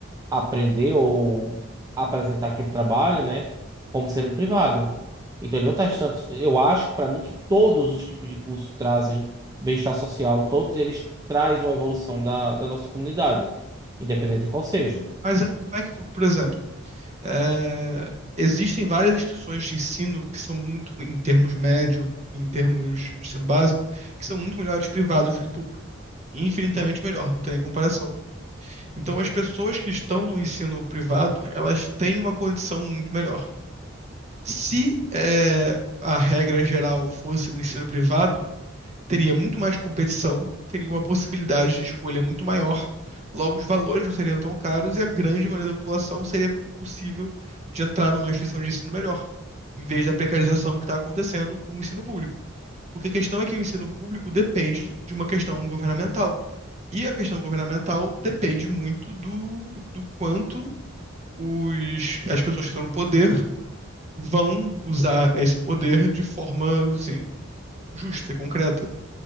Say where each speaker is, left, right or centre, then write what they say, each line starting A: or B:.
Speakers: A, on the right; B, on the right.
A: aprender ou apresentar aquele trabalho, né, como sendo um privado. Então ele não está distante. Eu acho, para mim, que todos os tipos de curso trazem bem-estar social, todos eles trazem uma evolução da, da nossa comunidade, independente de qual seja.
B: Mas aí, como é que, por exemplo, é, existem várias instituições de ensino que são muito, em termos médio, em termos de ensino básico, que são muito melhores privados do que público. Infinitamente melhor, não tem nem comparação. Então, as pessoas que estão no ensino privado, elas têm uma condição muito melhor. Se eh, a regra geral fosse o ensino privado, teria muito mais competição, teria uma possibilidade de escolha muito maior, logo os valores não seriam tão caros e a grande maioria da população seria possível de entrar numa instituição de ensino melhor, em vez da precarização que está acontecendo com o ensino público. Porque a questão é que o ensino público depende de uma questão governamental. E a questão governamental depende muito do, do quanto os, as pessoas que estão no poder vão usar esse poder de forma, assim, justa e concreta.